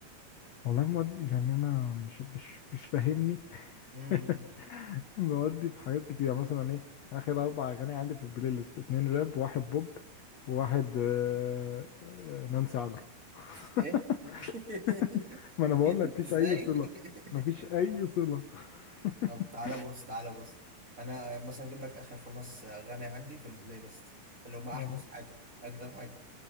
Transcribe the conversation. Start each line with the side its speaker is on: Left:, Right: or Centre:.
Left: والله مواد يعني أنا مش مش مش فاهمني
Right: امم
Left: <laughs> بودي في حاجات كتير يعني مثلا إيه آخر أربع أغاني عندي في البلاي ليست اتنين راب واحد بوب وواحد آه، آه، نانسي عجرم
Right: ايه
Left: <laughs>
Right: <laughs>
Left: ما أنا
Right: جن
Left: بقول لك مفيش
Right: ازاي
Left: أي صلة مفيش
Right: <laughs>
Left: أي صلة <laughs>
Right: طب تعالى بص تعالى بص انا مثلا اجيب لك اخر خمس اغاني عندي في البلاي ليست اللي هم احدث
Left: آه،
Right: حاجة اجدد حاجة